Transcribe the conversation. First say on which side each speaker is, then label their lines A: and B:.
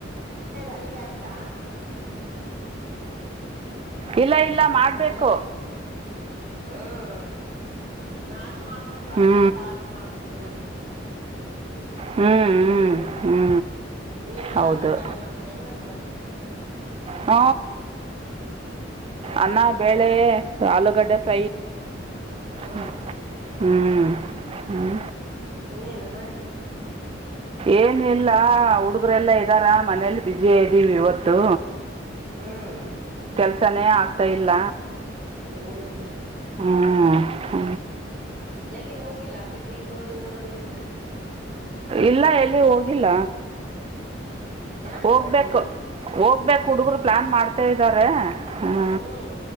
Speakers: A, on the right; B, on the right.
A: ಅಡಗೆ ಆಯ್ತಾ
B: ಇಲ್ಲ ಇಲ್ಲ ಮಾಡ್ಬೇಕು
A: ಹಲೋ ಹ್ಮ್ ನಾನು ಮಾಡ್ಬೇಕು ಅನ್ನ
B: ಹ್ಞೂ
A: ಸಾರು ಮಾಡ್ಬೇಕು ಇನ್ನ
B: ಹ್ಞೂ ಹ್ಞೂ
A: ಹ್ಮ್
B: ಹ್ಞೂ
A: ನೀನ್ನ್
B: ಹೌದು
A: ಅನ್ನ ಬ್ಯಾಳೆ ಮಾಡ್ತೀಯಾ ಇವತ್ತು
B: ಹ್ಮ
A: ಹ್ಮ್
B: ಅನ್ನ ಬೇಳೆ ಆಲೂಗಡ್ಡೆ <unintelligible>
A: ಹ್ಮ್
B: ಹಾ ಹಾ
A: ಇನ್ನೆನಮ್ಮ
B: ಏನ ಇಲ್ಲ ಹುಡುಗರೆಲ್ಲಾ ಇದ್ದಾರ ಮನೇಲಿ ಬುಸಿಯ ಇದ್ದೀವಿ ಇವತ್ತು
A: ಹ್ಮ್
B: ಕೆಲ್ಸಾನೇ ಆಗ್ತಾ ಇಲ್ಲ
A: ಹ್ಮ್
B: ಹಾ ಹ
A: ಎಲ್ಲಿ ಹೋಗಿಲ್ಲ ಪಿಕ್ನಿಕ್ ಟೂರು ನೀವು
B: ಇಲ್ಲ ಎಲ್ಲಿ ಹೋಗಿಲ್ಲ
A: ಯಾಕೆ
B: ಹೋಗ್ಬೇಕು
A: ಹೋಗಿಲ್ಲ
B: ಹೋಗ್ಬೇಕು ಹುಡುಗರು ಪ್ಲಾನ್ ಮಾಡ್ತಾ ಇದ್ದಾರೆ ಹ್ಮ
A: ಹ್ಮ್